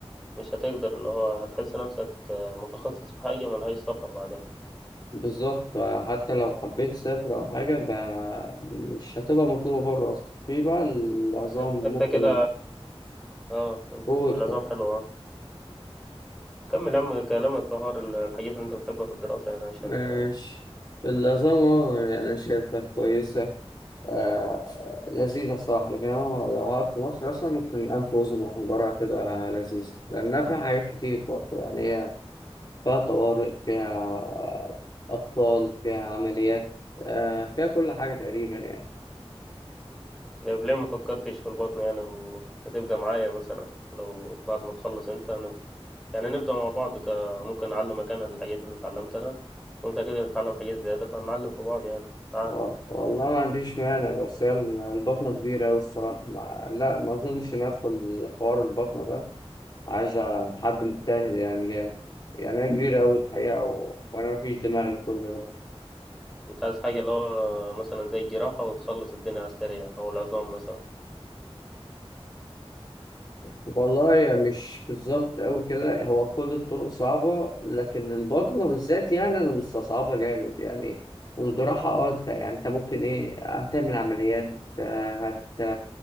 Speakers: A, in the centre; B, on the left.
A: مش هتقدر اللي هو هتحس نفسك متخصص في حاجة ملهاش سفر بعدين
B: بالظبط فحتى لو حبيت تسافر أو حاجة ب- مش هتبقى مطلوبة بره أصلا في بقى العظام
A: بس انت
B: ممكن
A: كده اه انت
B: فوق
A: العظام حلو اه كمل يا عم كلامك في حوار الحاجات اللي انت بتحبها في الدراسة يعني عشان
B: ماشي العظام آه، يعني أنا شايفها كويسة آه لذيذة صراحة لكن أنا لو قعدت في مصر أصلا ممكن أنف وأذن محجرة هتبقى لذيذة لأنها فيها حاجات كتير برضه يعني هي فيها طوارئ فيها أطفال فيها عمليات آه فيها كل حاجة تقريبا يعني
A: طيب ليه ما فكرتش في البطن يعني وحتى تبقى معايا مثلا لو بعد ما تخلص انت نب... يعني نبدأ مع بعض ك... ممكن أعلمك أنا الحاجات اللي اتعلمتها وأنت كده تتعلم حاجات زيادة فنعلم في بعض يعني عادي
B: وال- والله ما عنديش مانع بس هي البطنة كبيرة أوي الصراحة ما لا ما أظنش إن أدخل حوار البطنة ده عايزة حد مجتهد يعني جامد يعني أنا كبير أوي الحقيقة و... وأنا مفيش دماغ لكل ده
A: أنت عايز حاجة اللي هو مثلا زي الجراحة وتخلص الدنيا على السريع أو العظام مثلا
B: والله يعني مش بالظبط أوي كده هو كل الطرق صعبة لكن البطنة بالذات يعني أنا مستصعبها جامد يعني الجراحة أه أنت يعني أنت ممكن إيه هتعمل عمليات آه، هت